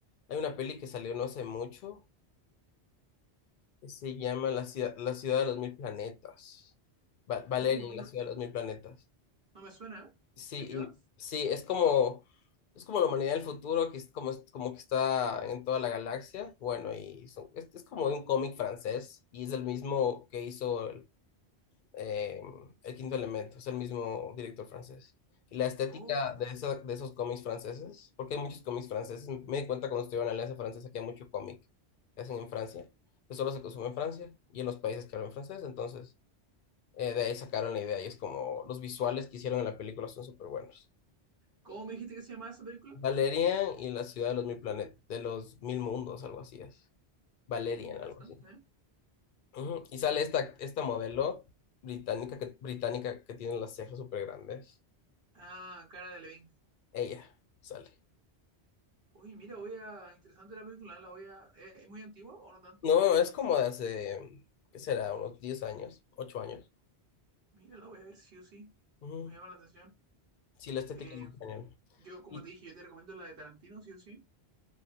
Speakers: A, on the left (about 60°); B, on the right (about 65°).
A: hay una peli que salió no hace mucho que se llama La ciudad, la ciudad de los mil planetas. Va- Valerian,
B: Uh, no me,
A: la ciudad de los mil planetas.
B: no me suena, ¿eh?
A: Sí,
B: ¿De qué va?
A: y- sí, es como, es como la humanidad del futuro, que es como, es como que está en toda la galaxia. Bueno, y son- es, es como un cómic francés, y es el mismo que hizo el, eh, El Quinto Elemento, es el mismo director francés. Y la estética
B: Oh,
A: de, esa- de esos cómics franceses, porque hay muchos cómics franceses, me di cuenta cuando estuve en la Alianza Francesa que hay mucho cómic que hacen en Francia, que solo se consume en Francia y en los países que hablan francés, entonces... Eh, de ahí sacaron la idea y es como los visuales que hicieron en la película son súper buenos.
B: ¿cómo me dijiste que se llamaba esa película?
A: Valerian y la ciudad de los mil planetas, de los mil mundos, algo así es. Valerian,
B: Mm, interesante,
A: algo así.
B: ¿eh?
A: Ujú. Y sale esta, esta modelo británica que, británica que tiene las cejas súper grandes.
B: Ah, Cara de Levin.
A: Ella sale.
B: Oye, mira, voy a. Interesante la película, ¿eh? la voy a. ¿Es es muy antigua o no tanto?
A: No, es como de hace, ¿qué será? Unos 10 años, 8 años.
B: Mira, la voy a ver sí o sí.
A: Ujú.
B: Me llama la atención.
A: Sí, la estética
B: Eh,
A: es muy genial.
B: yo, como
A: Y,
B: te dije, yo te recomiendo la de Tarantino, sí o sí.